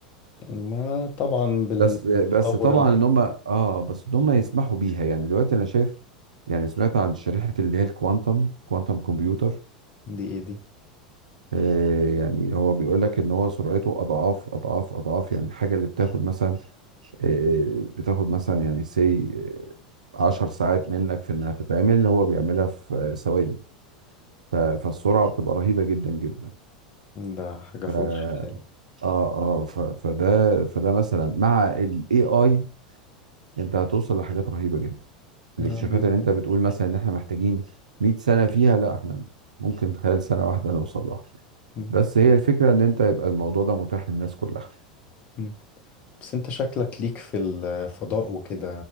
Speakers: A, on the left (about 35°); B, on the right (about 70°).
A: ما طبعا بالتطور
B: بس بس طبعا
A: اللي
B: إن هم آه بس إن هم يسمحوا بيها يعني دلوقتي أنا شايف يعني سمعت عن شريحة اللي هي الكوانتم كوانتم كمبيوتر
A: دي ايه دي
B: آه، يعني هو بيقول لك ان هو سرعته اضعاف اضعاف اضعاف يعني الحاجه اللي بتاخد مثلا آه، بتاخد مثلا يعني سي 10 ساعات منك في انها تتعمل هو بيعملها في ثواني ف- فالسرعه بتبقى رهيبه جدا جدا
A: ده حاجة
B: ف
A: فوق
B: اه
A: الخيال
B: اه ف- فده فده مثلا مع الاي اي انت هتوصل لحاجات رهيبه جدا الاكتشافات
A: آه، بالظبط.
B: اللي انت بتقول مثلا ان احنا محتاجين 100 سنه فيها لا احنا ممكن خلال سنه واحده نوصل لها
A: مم.
B: بس هي الفكرة ان انت يبقى الموضوع ده متاح للناس كلها
A: مم. بس انت شكلك ليك في الفضاء وكده